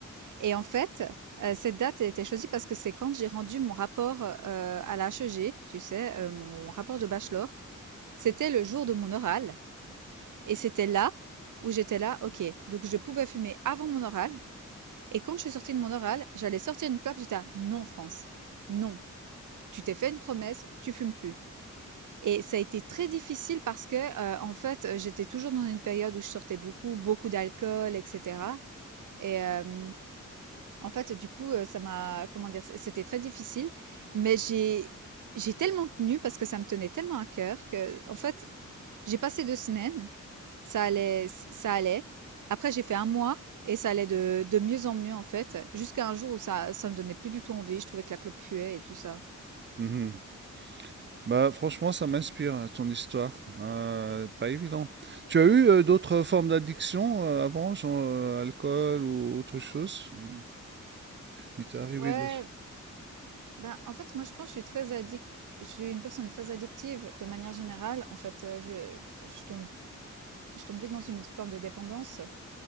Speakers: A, on the right; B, on the right.
A: et en fait, heu, cette date, elle a été choisie parce que c'est quand j'ai rendu mon rapport, heu, à la HEG, tu sais, heu, mon rapport de bachelor, c'était le jour de mon oral et c'était là où j'étais là, OK, donc je pouvais fumer avant mon oral. Et quand je suis sortie de mon oral, j'allais sortir une clope. J'étais là, non, France, non. Tu t'es fait une promesse, tu fumes plus. Et ça a été très difficile parce que, euh, en fait, euh, j'étais toujours dans une période où je sortais beaucoup, beaucoup d'alcool, etc. Et euh, en fait, du coup, euh, ça m'a, comment dire, c- c'était très difficile. Mais j'ai, j'ai tellement tenu parce que ça me tenait tellement à cœur que, en fait, j'ai passé deux semaines. Ça allait ç ça allait. Après, j'ai fait un mois et ça allait de de mieux en mieux, en fait, jusqu'à un jour où ça ça me donnait plus du tout envie. Je trouvais que la clope puait et tout ça.
B: Mhm. Bah, franchement, ça m'inspire, hein, ton histoire. Euh, pas évident. Tu as eu euh, d'autres formes d'addiction euh, avant, genre euh, alcool ou autre chose? Il il t'est arrivé
A: Ouais,
B: des...
A: ben, en fait, moi, je pense que je suis très addict. je suis une personne très addictive de manière générale. En fait, heu, je je tombe je tombe vite dans une forme de dépendance.